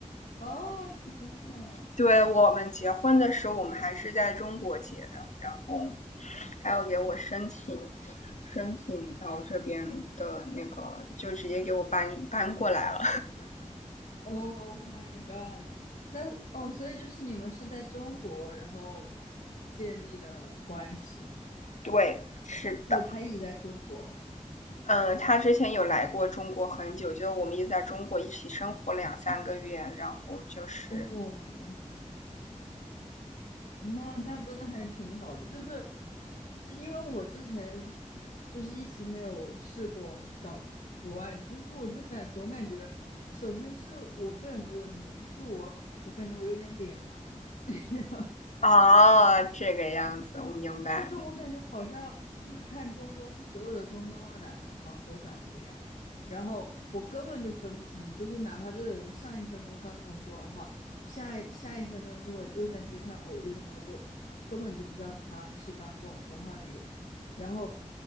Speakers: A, on the left; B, on the left.
A: 哦，天呐
B: 对，我们结婚的时候，我们还是在中国结的，然后还要给我申请，申请到这边的那个，就直接给我搬搬过来了。
A: o h my God！那哦，所以就是你们是在中国，然后建立的关系，
B: 对，是的，
A: 就是他一直在中国。
B: 嗯，他之前有来过中国很久，就我们也在中国一起生活了两三个月，然后就是
A: 哦，那那真的还挺好的，就是，就因为我之前就是一直没有试过找国外的，就是我就感总感觉，首先是我个人的问题吧，就是我我感觉我有点脸盲，<laughs>
B: 啊，这个样子，我明白，
A: 就是我感觉好像就是看中东，
B: 嗯
A: 所有的中东的男的好像都长一个样，然后我根本就分不清，就是哪怕这个人上一分钟刚跟我说完话，下一下一分钟如果又在街上偶遇的话，我根本就不知道他是刚刚跟我说话那个人。然后